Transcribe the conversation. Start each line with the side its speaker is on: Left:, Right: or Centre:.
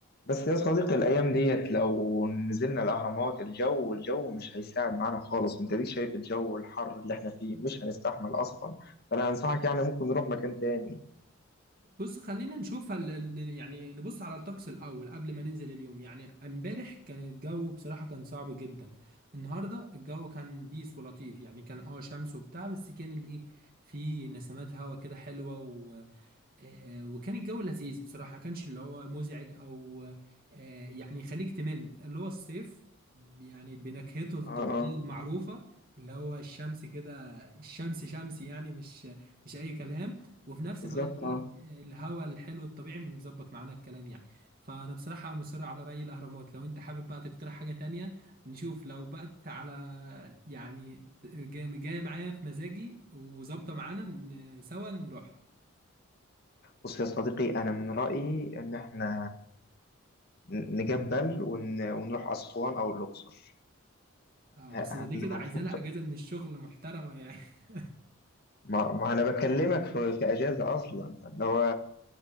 Left: بس يا صديقي الأيام ديت لو نزلنا الأهرامات الجو الجو مش هيساعد معانا خالص أنت ليك شايف الجو الحر اللي إحنا فيه مش هنستحمل أصلا فأنا أنصحك يعني ممكن نروح مكان تاني
Right: بص خلينا نشوف هل... يعني نبص على الطقس الأول قبل ما ننزل اليوم يعني امبارح كان الجو بصراحة كان صعب جدا النهاردة الجو كان بيس ولطيف يعني كان اه شمس وبتاع بس كان الايه في نسمات هوا كده حلوة و... آه، وكان الجو لذيذ بصراحة ما كانش اللي هو مزعج أو آه، يعني يخليك تمل اللي هو الصيف يعني بنكهته الطبيعية
Left: آه آه
Right: المعروفة اللي هو الشمس كده الشمس شمسي يعني مش مش أي كلام وفي نفس
Left: بالظبط
Right: الوقت إيه
Left: آه
Right: الهواء الحلو الطبيعي مظبط معانا الكلام يعني فأنا بصراحة مصر على رأي الأهرامات لو أنت حابب بقى تقترح حاجة تانية نشوف لو بقت على يعني جاية جاي معايا في مزاجي وظابطة معانا ن- سوا نروح
Left: بص يا صديقي أنا من رأيي إن إحنا ن- نجبل ون... ونروح أسوان أو الأقصر
Right: اه
Left: ه-
Right: بس ده
Left: هن-
Right: دي كده
Left: هنخط
Right: عايزه لها اجازه من الشغل محترمه يعني <laughs>
Left: ما... ما أنا بكلمك في... في أجازة أصلا اللي هو